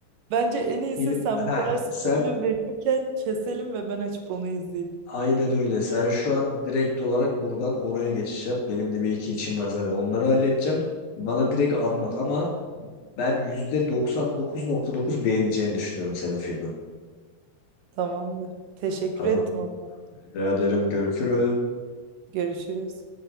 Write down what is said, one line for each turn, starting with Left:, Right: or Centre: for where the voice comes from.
Right: Bence en iyisi
Left: Film
Right: sen
Left: <laughs> heh,
Right: bu kadar spoiler
Left: sen
Right: verirken keselim ve ben açıp onu izleyeyim.
Left: aynen öyle. Sen şu an direkt olarak buradan oraya geçiş yap. Benim de bir iki içim var zaten. Onları halledeceğim. Bana direkt anlat ama ben %99.9 beğeneceğini düşünüyorum senin filmin.
Right: Tamamdır. Teşekkür
Left: Tamam.
Right: ettim o zaman.
Left: Rica ederim. Görüşürüz.
Right: Görüşürüz.